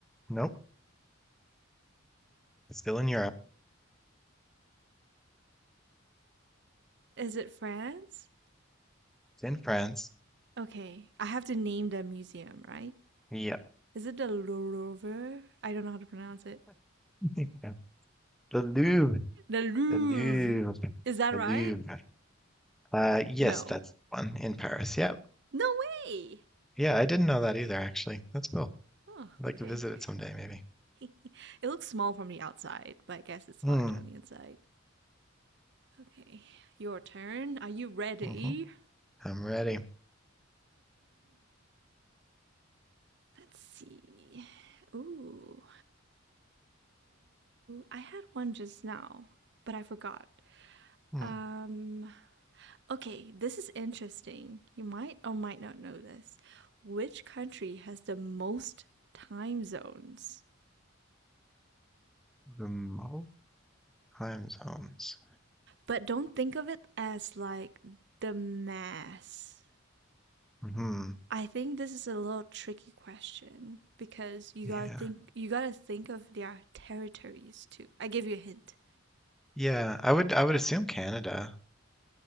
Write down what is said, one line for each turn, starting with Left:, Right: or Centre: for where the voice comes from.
Centre: Nope, it's still in Europe.
Right: Is it France?
Centre: It's in France.
Right: Okay, I have to name the museum, right?
Centre: Yep.
Right: Is it the Louvre? I don't know how to pronounce it.
Centre: <laughs> The Louvre.
Right: The Louvre.
Centre: The Louvre.
Right: Is that
Centre: The
Right: right?
Centre: Louvre. Uh, yes,
Right: No.
Centre: that's the one in Paris. Yep.
Right: No way!
Centre: Yeah, I didn't know that either, actually. That's cool.
Right: Oh,
Centre: I'd like
Right: okay.
Centre: to visit it someday, maybe.
Right: <laughs> It looks small from the outside, but I guess it's
Centre: Hmm.
Right: large on the inside. Okay, your turn. Are you ready?
Centre: Mm-hmm. I'm ready.
Right: Let's see. Ooh, I had one just now, but I forgot.
Centre: Hmm.
Right: Um, okay, this is interesting. You might or might not know this. Which country has the most time zones?
Centre: The most time zones.
Right: But don't think of it as like the mass.
Centre: Hmm.
Right: I think this is a little tricky question because you
Centre: Yeah.
Right: gotta think you gotta think of their territories too. I give you a hint.
Centre: Yeah. I would. I would assume Canada.